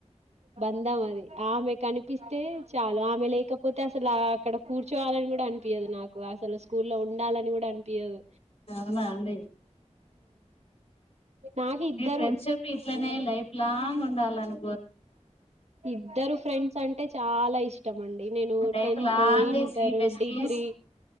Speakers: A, on the right (about 65°); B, on the left (about 55°).
A: బంధం అది ఆమె కనిపి టీ చాలు ఆమె లేకపోతే పోతేసలు అక్కడ కూర్చోవాలని కూడా అనిపియదు నాకు అసలు స్కూల్లో ఉండాలని కూడా అనిపియదు
B: అవునా అండి
A: నాకు ఇద్దరు
B: మీ ఫ్రెండ్షిప్ ఇట్లనే లైఫ్ లాంగ్ ఉం డాలని
A: ఇద్దరు ఫ్రెండ్స్ అంటే చాలా ఇష్టమండి నేను
B: life
A: tenth
B: long
A: inter
B: త్రీ బెస్టీస్
A: డిగ్రీ